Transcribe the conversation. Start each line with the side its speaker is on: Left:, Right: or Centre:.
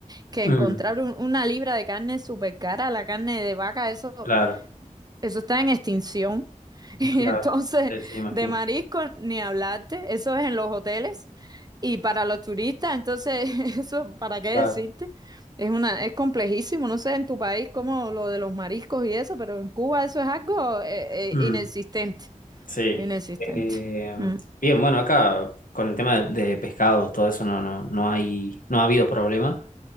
Right: que
Left: Mm.
Right: encontrar un- una libra de carne súper cara, la carne de vaca, eso,
Left: Claro.
Right: eso está en extinción. <laughs> Y
Left: Claro.
Right: entonces,
Left: Sí, sí, imagino.
Right: de marisco, ni hablarte, eso es en los hoteles. Y para los turistas, entonces, <laughs> eso, ¿para qué
Left: Claro.
Right: decirte? Es una, es complejísimo, no sé en tu país como lo de los mariscos y eso, pero en Cuba eso es algo eh,
Left: Mm.
Right: eh, inexistente,
Left: Sí.
Right: inexistente.
Left: Eh,
Right: Mm,
Left: bien, bueno, acá con el tema de, de pescados, todo eso no, no, no hay, no ha habido problema.